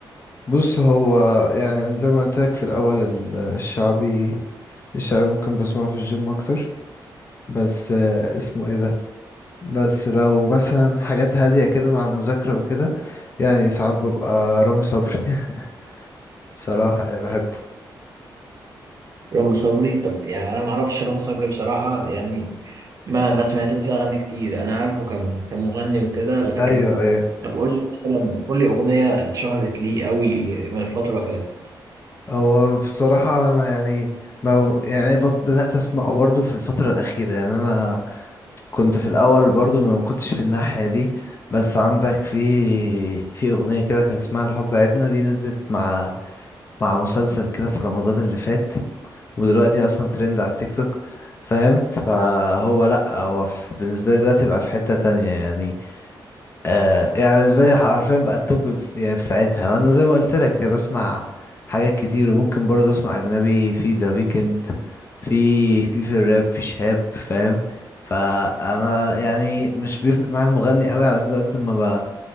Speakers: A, on the left; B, on the right.
A: بص هو يعني زي ما قلت لك في الأول ال- الشعبي الشعبي ممكن بسمعه في الجيم أكتر بس آه، اسمه ايه ده بس لو مثلا حاجات هادية كده مع المذاكرة وكده يعني ساعات ببقى رامي صبري <laughs> صراحة يعني بحبه
B: رامي صبري طب يعني انا ما اعرفش رامي صبري بصراحه يعني ما ما سمعتلوش اغاني كتير انا عارفه كم كمغني وكده لكن
A: أيوه أيوه
B: طب قول لي مثلا قول لي اغنيه اتشهرت ليه قوي من الفتره اللي فاتت
A: هو بصراحة أنا يعني ما يعني بط- بدأت أسمع برضه في الفترة الأخيرة يعني أنا كنت في الأول برضه ما كنتش في الناحية دي بس عندك في في أغنية كده كان اسمها الحب عيبنا دي نزلت مع مع مسلسل كده في رمضان اللي فات ودلوقتي أصلا ترند على التيك توك فاهم فهو لأ هو في- بالنسبة لي دلوقتي بقى في حتة تانية يعني آه يعني بالنسبة لي حرفيا بقى التوب في يعني في ساعتها وانا زي ما قلت لك بسمع حاجات كتير وممكن برضه اسمع اجنبي في ذا ويكند في في في الراب في شهاب فاهم فانا يعني مش بيفرق معايا المغني قوي على قد ما بقى